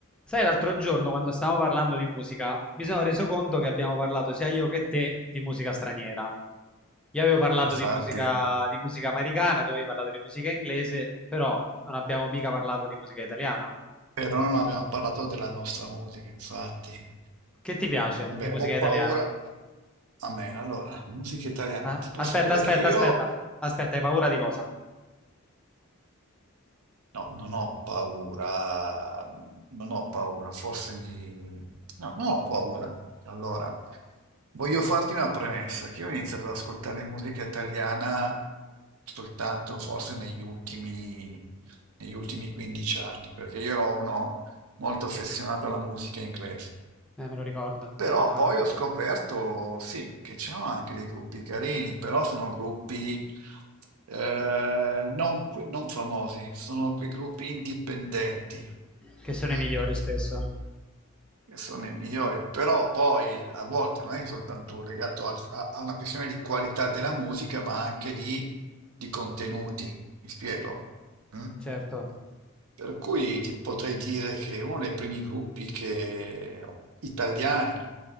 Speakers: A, in the centre; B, on the right (about 80°).
A: Sai, l'altro giorno quando stavamo parlando di musica, mi sono reso conto che abbiamo parlato sia io che te di musica straniera. Io avevo parlato
B: Infatti,
A: di musica, di musica americana, tu avevi parlato di musica inglese, però non abbiamo mica parlato di musica italiana.
B: però non abbiamo parlato della nostra musica, infatti.
A: Che ti piace
B: Vabbè,
A: di musica
B: ho paura.
A: italiana?
B: A me, allora, musica italiana.
A: Ah,
B: Ti posso
A: Aspetta,
B: dire
A: aspetta,
B: che io
A: aspetta, aspetta, hai paura di cosa?
B: No, non ho paura, non ho paura, forse mi... No, non ho paura. Allora, voglio farti una premessa, che io ho iniziato ad ascoltare musica italiana soltanto forse negli ultimi, negli ultimi 15 anni, perché io ero uno molto affezionato alla musica inglese.
A: Eh, me lo ricordo,
B: Però
A: infatti,
B: poi ho scoperto, sì, che c'erano anche dei gruppi carini, però sono gruppi eh, non, que- non famosi, sono quei gruppi indipendenti,
A: che sono
B: mm?
A: i migliori spesso.
B: che sono i migliori, però poi a volte non è che è soltanto legato al- a, a una questione di qualità della musica, ma anche di, di contenuti, mi spiego. mm?
A: Certo,
B: Per cui ti potrei dire che uno dei primi gruppi che, italiani